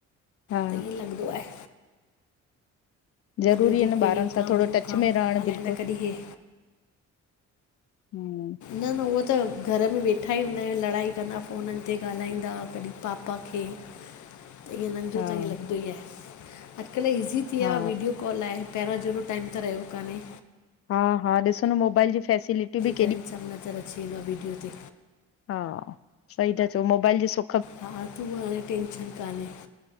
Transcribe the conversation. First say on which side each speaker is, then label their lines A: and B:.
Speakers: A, on the left; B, on the left.
A: हा
B: त इएं लॻंदो आहें।
A: ज़रूरी
B: ॾींहुं
A: आ न
B: कोई
A: ॿारनि
B: हे
A: सां
B: काम
A: थोडो
B: उहो
A: टच
B: काम
A: में रहणु
B: ॻाल्हाईंदा
A: बिल्कुलु
B: कॾहिं हे
A: हूम्म
B: न न, उह त घर में वेठा ईं हूंदा आहिनि, लड़ाई कंदा, फ़ोननि ते ॻाल्हाईंदा, कॾी पापा खे
A: <inaudible>
B: त इननि जो
A: हा
B: त ईय लॻंदो ई आहे, अॼुकल्ह ईज़ी थी वियो
A: हा,
B: आ वीडियो कॉल आहें पहिरों जहिड़ो टाइम त रहियो कान्हे।
A: हा हा ॾिसो न मोबाइल जी फैसिलिटी ब़ि
B: परेसां बि नज़र अची वेंदो आ वीडियो ते
A: हा सही ता चओ मोबाइल ॾिसो
B: हा तू हाणे टेन्शन कान्हे।